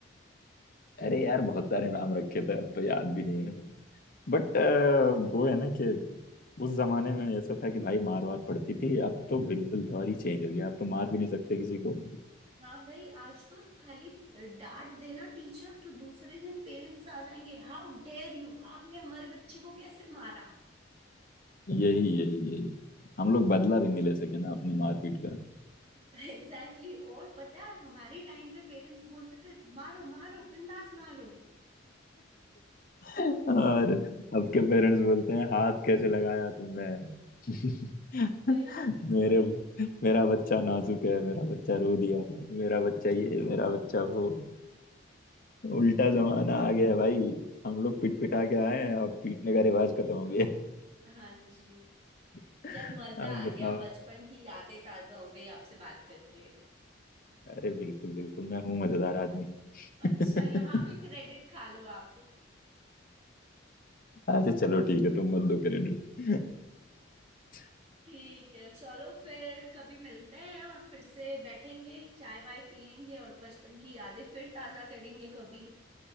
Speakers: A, on the left; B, on the right.
A: अरे यार बहुत सारे नाम रखे थे अब तो याद भी नहीं है बट वो है ना कि उस जमाने में ऐसा था कि भाई मार वार पड़ती थी अब तो बिल्कुल दौर ही चेंज हो गया अब तो मार भी नहीं सकते किसी को
B: हाँ भाई आज तो खाली डांट देना टीचर तो दूसरे दिन पेरेंट्स आ जाएंगे हाउ डेयर यू आपने हमारे बच्चे को कैसे मारा
A: यही यही यही हम लोग बदला भी नहीं ले सके ना अपनी मारपीट का
B: Exactly exactly. और पता है हमारे टाइम पे पेरेंट्स बोलते थे मारो मारो बिंदास मारो
A: और अब के पेरेंट्स बोलते हैं हाथ कैसे लगाया तुमने <laughs>
B: वही
A: मेरे मेरा बच्चा नाजुक है मेरा बच्चा रो दिया मेरा बच्चा ये मेरा बच्चा वो उल्टा जमाना आ गया है भाई हम लोग पिट पिटा के आए हैं अब पीटने का रिवाज खत्म हो गया
B: हाँ जी
A: <laughs>
B: यार मजा
A: अब
B: आ गया
A: बताओ
B: बचपन की यादें ताजा हो गई आपसे बात करके
A: अरे बिल्कुल बिल्कुल मैं हूँ मजेदार आदमी <laughs>
B: अच्छा यहाँ भी क्रेडिट खा लो आप
A: अच्छा चलो ठीक है तुम मत दो क्रेडिट <laughs>
B: ठीक है चलो फिर कभी मिलते हैं और फिर से बैठेंगे चाय वाय पियेंगे और बचपन की यादें फिर ताजा करेंगे कभी